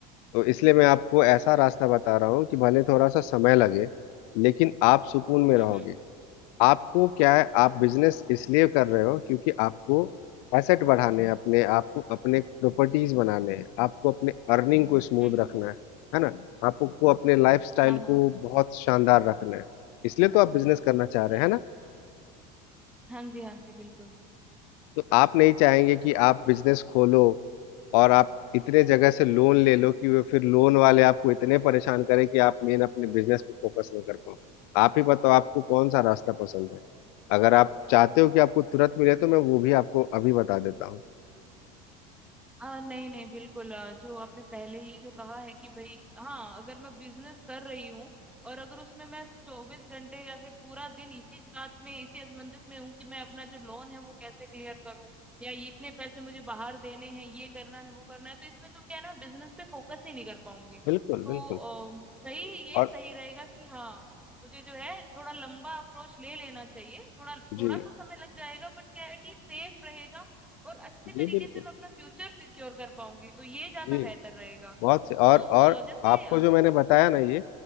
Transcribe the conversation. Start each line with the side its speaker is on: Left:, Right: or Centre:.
Left: तो इसलिए मैं आपको ऐसा रास्ता बता रहा हूँ कि भले थोड़ा सा समय लगे लेकिन आप सुकून में
Centre: हम्म
Left: रहोगे
Centre: हम्म
Left: आपको क्या है आप बिजनेस इसलिए कर रहे हो क्योंकि आपको एसेट बढ़ाने हैं अपने आपको अपने प्रॉपर्टीज बनाने हैं आपको अपने अर्निंग को स्मूथ
Centre: हम्म
Left: रखना
Centre: हम्म।
Left: है है ना आपको अपने लाइफस्टाइल
Centre: हाँ हाँ
Left: को बहुत शानदार रखना है इसलिए तो आप बिजनेस करना चाह रहे
Centre: जी
Left: हैं है ना
Centre: हाँ जी हाँ जी बिल्कुल
Left: तो आप नहीं चाहेंगे कि आप बिजनेस खोलो और आप इतने जगह से लोन ले लो कि वो फिर लोन वाले आपको इतने परेशान करें कि आप मेन अपने बिजनेस पे फोकस ना कर पाओ आप ही बताओ आपको कौन सा रास्ता पसंद है अगर आप चाहते हो कि आपको तुरंत मिले तो मैं वो भी आपको अभी बता देता हूँ
Centre: आ, नहीं नहीं बिल्कुल आ, जो आपने पहले ये जो कहा है कि भाई हाँ अगर मैं बिजनेस कर रही हूँ और अगर उसमें मैं चौबीस घंटे या फिर पूरा दिन इसी बात में इसी असमंजस में हूँ कि मैं अपना जो लोन है वो कैसे क्लियर करूँ या ये इतने पैसे मुझे बाहर देने हैं ये करना है वो करना है तो इसमें तो क्या है ना मैं बिजनेस पे फोकस ही नहीं कर पाऊंगी
Left: बिल्कुल
Centre: तो
Left: बिल्कुल
Centre: आ, सही ये
Left: और
Centre: सही रहेगा कि हाँ मुझे जो है थोड़ा लंबा अप्रोच ले लेना चाहिए थोड़ा थोड़ा
Left: जी
Centre: सा समय लग जाएगा बट क्या है कि सेफ रहेगा और अच्छे तरीके
Left: जी बिल्कुल
Centre: से मैं अपना फ्यूचर सिक्योर कर पाऊंगी तो ये ज्यादा
Left: जी
Centre: बेहतर रहेगा
Left: बहुत से और
Centre: तो अ,
Left: और
Centre: जैसे
Left: आपको
Centre: अ,
Left: जो मैंने बताया ना ये